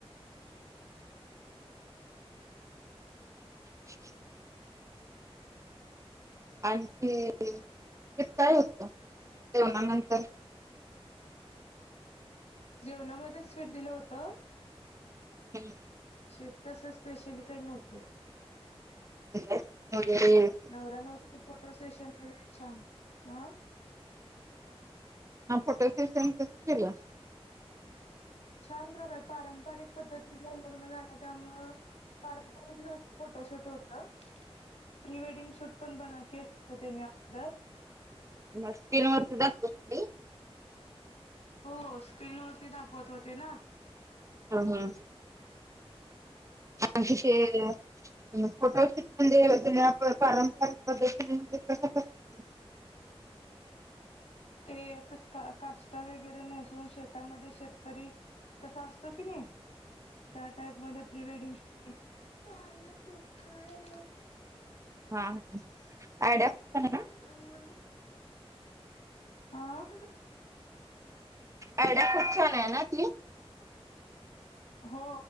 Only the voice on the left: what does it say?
हा.
जेवणामध्ये स्वीट दिलं होतं.
स्वीट तसं स्पेशली काही नव्हतं.
नवरा नवरीचं फोटो सेशन वगैरे छान अ.
छान प्रकारे. पारंपरिक पद्धतीनं लग्न झालं त्यामुळं पारंपरिक <inaudible> फोटोशूट होत, प्री वेडिंग शूट पण बनाके तर तेनी आपलं.
हो, स्क्रीनवरती दाखवत होते ना.
ते आता का कासुटा वगैरे नेसून शेतामध्ये शेतकरी कसा असतो की नाही? त्या टाईप मध्ये प्री वेडिंग शूट पण
<inaudible> हा.
हो